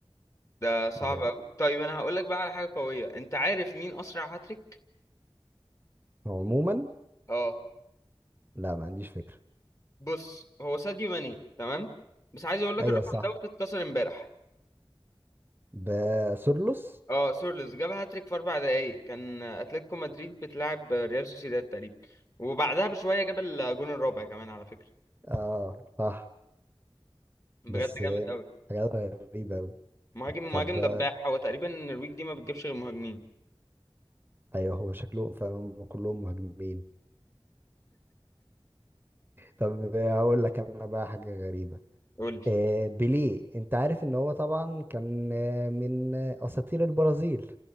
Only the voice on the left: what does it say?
ده صعب
قوي طيب انا هقول لك بقى على حاجة قوية انت عارف مين اسرع هاتريك
اه
بص هو ساديو ماني تمام بس عايز اقول لك
الرقم
دوت اتكسر امبارح
اه سورلز جاب هاتريك في اربع دقايق كان اتلتيكو مدريد بتلعب ريال سوسيداد تقريبا وبعدها بشويه جاب الجون الرابع كمان على فكره
بجد
جامد قوي
مهاجم
مهاجم
دباح هو تقريبا الويك دي ما بتجيبش غير مهاجمين
قول لي